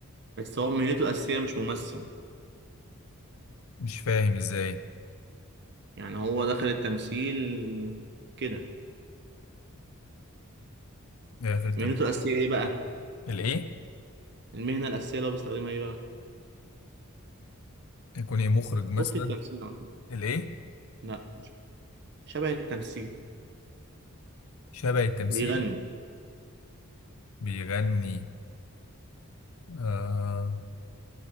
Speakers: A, on the right; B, on the left.
A: بس هو مهنته الأساسية مش ممثل
B: مش فاهم إزاي
A: يعني هو دخل التمثيل كده
B: إيه آخر تمثيل
A: مهنته الأساسية إيه بقى؟
B: الإيه؟
A: المهنة الأساسية اللي هو بيستخدمها إيه بقى؟
B: يكون إيه مخرج مثلا
A: أخت التمثيل على طول.
B: الإيه؟
A: لأ مش- شبه التمثيل
B: شبه التمثيل
A: بيغني
B: بيغني آه...